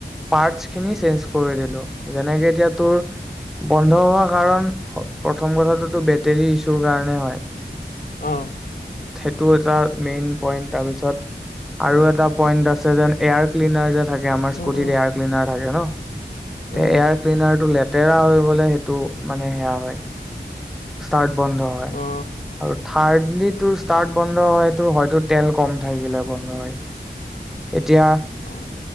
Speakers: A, in the centre; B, on the left.
A: পাৰ্টচ খিনি চেঞ্জ কৰি দিলো। যেনেকে এতিয়া তোৰ বন্ধ হোৱা কাৰণ প্ৰথম কথাটোতো বেটেৰী ইছ্যুৰ কাৰণে হয়।
B: অহ'
A: সেইটো এটা মেইন পইন্ট তাৰপিছত আৰু
B: অ
A: এটা পইন্ট আছে যেন এয়াৰ ক্লিনাৰ যে থাকে আমাৰ
B: উম
A: স্কুটিত
B: উম
A: এয়াৰ ক্লিনাৰ থাকে ন। <unintelligible>
B: উম
A: তে এয়াৰ ক্লিনাৰ টো লে তেৰা হৈ গলে সেইটো মানে সেয়া হয়। ষ্টাৰ্ট বন্ধ হয়
B: অ
A: আৰু থাৰ্ডলি তোৰ ষ্টাৰ্ট বন্ধ হয় তোৰ হয়তো তেল কম থাকিলে বন্ধ হয়। এতিয়া
B: অ